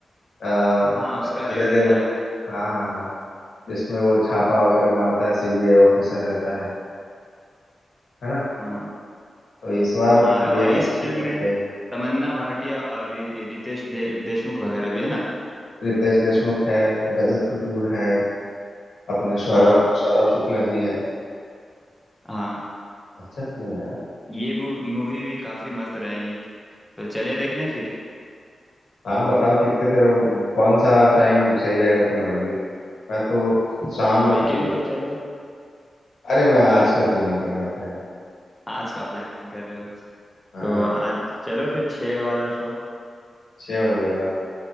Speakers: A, on the left; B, in the centre.
A: आ,
B: हाँ उसका रेड
A: अजय देवगन
B: भी आया था
A: हाँ हाँ हाँ जिसमें वो छापा वगैरह मारता है सीबीआई ऑफिसर रहता है है ना
B: हाँ
A: तो इस बार
B: हाँ
A: ये
B: और इस
A: अच्छी
B: फिल्म
A: बन
B: में
A: गई
B: तमन्ना भाटिया और रि- रितेश दे, देशमुख वगैरह भी है ना
A: रितेश देशमुख है रजत कपूर है अपने सौरभ
B: हाँ
A: सौरभ शुक्ला जी हैं
B: हाँ
A: अच्छा फिल्म है
B: ये मू- मूवी भी काफी मस्त रहेगी तो चले देखने फिर
A: हाँ बताओ कितने देर कौन सा टाइम सही रहेगा तुम्हारे लिए मैं तो शाम
B: हाँ
A: में
B: वीकेंड
A: फ्री हूँ
B: को चलो
A: अरे मैं आज का प्लान कर रहा था यार
B: आज का प्लान कर रहे हो
A: हाँ
B: तो आज चलो फिर छः वाला शो
A: छः बजे वाला